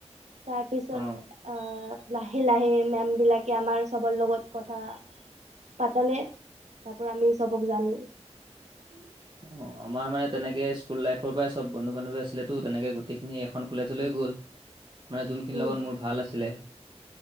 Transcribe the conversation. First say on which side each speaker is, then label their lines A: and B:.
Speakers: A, on the right; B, on the right.
A: তাৰপিছত
B: অ'।
A: আ লাহে লাহে মেম বিলাকে আমাৰ চবৰ লগত কথা পাতালে, তাৰ পৰা আমি চবক জানি। <inaudible>
B: অ', আমাৰ মানে তেনেকে স্কুল লাইফৰ পৰাই চব বন্ধু বান্ধৱী আছিলেতো, তেনেকে গোটেইখিনি এখন কলেজলৈ গ'ল। মানে যোনখিনিৰ
A: উম
B: লগত মোৰ ভাল আছিলে।